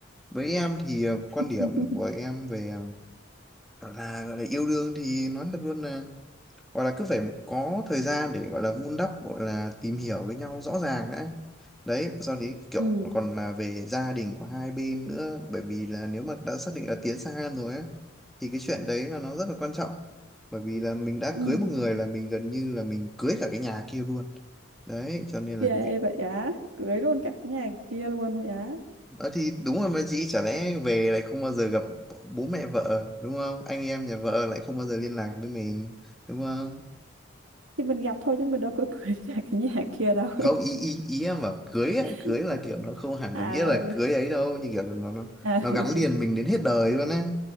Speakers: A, in the centre; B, on the right (about 85°).
A: với em thì ờ, quan
B: <laughs>
A: điểm của em về ờ, là gọi là yêu đương thì nói thật luôn là gọi là cứ phải có thời gian để gọi là vun đắp gọi là tìm hiểu với nhau rõ ràng đã đấy sau đấy kiểu
B: Ừ.
A: còn là về gia đình của hai bên nữa bởi vì là nếu mà đã xác định là tiến xa hơn rồi á thì cái chuyện đấy là nó rất là quan trọng bởi vì là mình đã
B: Ừ.
A: cưới một người là mình gần như là mình cưới cả cái nhà kia luôn đấy cho nên là
B: ghê
A: cái việc-
B: vậy á cưới luôn cả cái nhà kia luôn vậy á
A: Ờ, thì đúng rồi mà chị chả lẽ về lại không bao giờ gặp bố mẹ vợ đúng không anh em nhà vợ lại không bao giờ liên lạc với mình đúng không
B: thì mình gặp thôi chứ mình đâu có <laughs> cưới cả cái nhà kia đâu
A: không ý ý ý em bảo cưới á,
B: <laughs>
A: cưới là kiểu nó không hẳn
B: à
A: là nghĩa là cưới ấy đâu như kiểu là nó nó
B: à,
A: nó
B: <laughs>
A: gắn liền mình đến hết đời luôn á